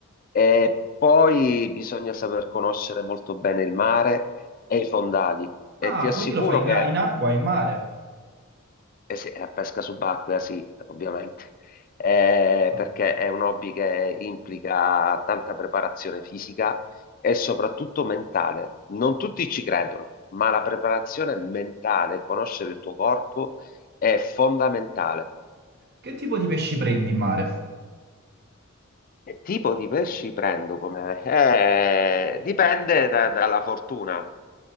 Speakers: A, on the left (about 40°); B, on the right (about 50°).
A: e poi bisogna saper conoscere molto bene il mare e i fondali. E
B: Ah,
A: ti assicuro
B: quindi lo fai in,
A: che
B: in acqua, in mare.
A: eh sì, la pesca subacquea sì, ovviamente, Eh,
B: Ah.
A: perché è un hobby che implica tanta preparazione fisica e soprattutto mentale. Non tutti ci credono, ma la preparazione mentale, conoscere il tuo corpo è fondamentale.
B: Che tipo di pesci prendi in mare?
A: Che tipo di pesci prendo come? Eh, dipende da- dalla fortuna.